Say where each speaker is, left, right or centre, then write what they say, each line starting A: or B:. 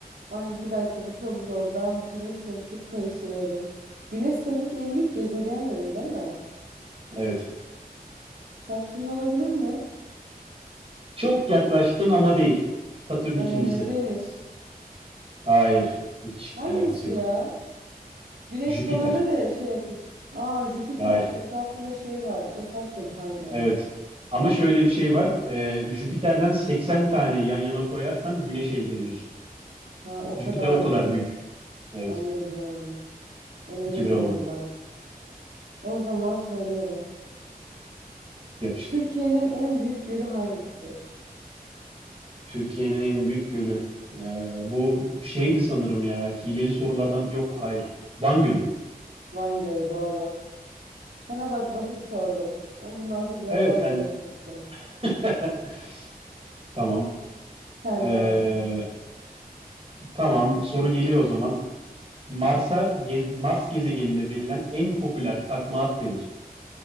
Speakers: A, on the right (about 85°); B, on the right (about 35°).
A: Ay bir dakika bu çok zor. Ben bu güneş sistemini çok karıştırıyorum. Güneş sistemindeki en büyük gezegen dedin değil mi?
B: Evet.
A: Satürn olabilir mi?
B: Çok yaklaştın ama değil. Satürn
A: Ee,
B: ikincisi.
A: Venüs.
B: Hayır. Hiç
A: Hangisi
B: alakası yok.
A: ya? Güneş
B: Jüpiter.
A: falan da da şey yapıyor. Aa Jüpiter
B: Hayır.
A: şu etrafında şey var. O Satürn pardon.
B: Evet. Ama şöyle bir şey var. Ee, Jüpiter'den 80 tane yan yana koyarsan Güneş elde ediyorsun.
A: Ha o
B: Jüpiter
A: kadar
B: o kadar
A: büyük.
B: büyük. Evet.
A: Anladım. Onu
B: 2
A: bilmiyordum
B: bir oldu.
A: bak. O zaman söylüyorum.
B: Yapıştır.
A: Türkiye'nin en büyük gölü hangisidir?
B: Türkiye'nin en büyük gölü. Ee, bu şeydi sanırım ya. Hileli sorulardan yok hayır. Van Gölü.
A: Van Gölü doğru. Sana bak basit sordum. Ama bundan sonra biraz
B: Evet
A: daha
B: sen
A: zor şey yapacağım.
B: <laughs> tamam.
A: Sen
B: Ee,
A: de.
B: tamam soru geliyor o zaman. Mars'a ge- Mars gezegeninde verilen en popüler takma ad nedir?